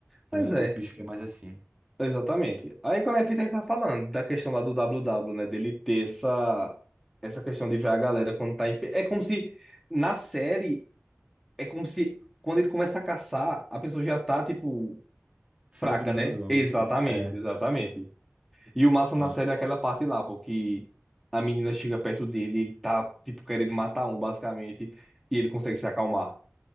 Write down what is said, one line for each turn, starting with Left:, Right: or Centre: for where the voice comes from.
Right: Então
Centre: Mas
Right: é
Centre: é.
Right: os bichos que é mais assim,
Centre: Exatamente. Aí quando a gente tá falando da questão lá do WW, né? Dele ter essa, essa questão de ver a galera quando tá em pé. É como se na série, é como se quando ele começa a caçar, a pessoa já tá, tipo,
Right: sangrando,
Centre: fraca, né?
Right: algo
Centre: Exatamente,
Right: do tipo. É,
Centre: exatamente. E o massa na
Right: ele,
Centre: série é aquela parte lá, porque a menina chega perto dele, ele tá, tipo, querendo matar um, basicamente, e ele consegue se acalmar.